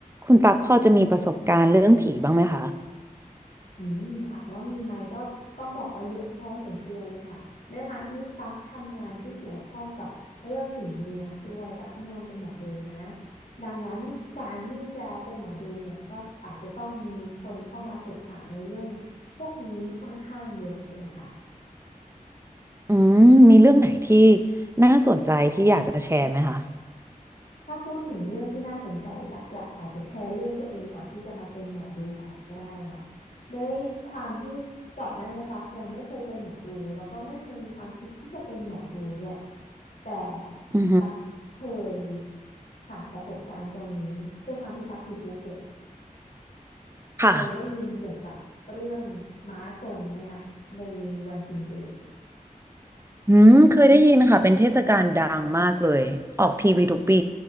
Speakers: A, on the right; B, on the left.
A: คุณตักพอจะมีประสบการณ์เรื่องผีบ้างไหมคะ
B: อืมถามว่ามีไหมก็ต้องบอกว่าเยอะพอสมควรเลยค่ะด้วยความที่ตั๊กทำงานที่เกี่ยวข้องกับเรื่องสิ่งลี้ลับด้วยตั๊กทำงานเป็นหมอดูนะดังนั้นการที่จะเป็นหมอดูเนี่ยก็อาจจะต้องมีคนเข้ามาปรึกษาในเรื่องพวกนี้ค่อนข้างเยอะเลยค่ะ
A: อืมมีเรื่องไหนที่น่าสนใจที่อยากจะแชร์ไหมคะ
B: ถ้าพูดถึงเรื่องที่น่าสนใจตักอยากอาจจะแชร์เรื่องตัวเองก่อนที่จะมาเป็นหมอดูก่อนก็ได้ค่ะด้วยความที่ก่อนหน้านี้ตักยังไม่เคยเป็นหมอดูแล้วก็ไม่เคยมีความคิดที่จะเป็นหมอดูด้วยแต่
A: อือฮึ
B: ตักเคยผ่านประสบการณ์ตรงนี้ด้วยความที่ตักอยู่ภูเก็ตเคยได้ยินเกี่ยวกับเรื่องม้าทรงไหมคะในวันกินเจ
A: ค่ะอืมเคยได้ยินค่ะเป็นเทศกาลดังมากเลย ออกทีวีทุกปี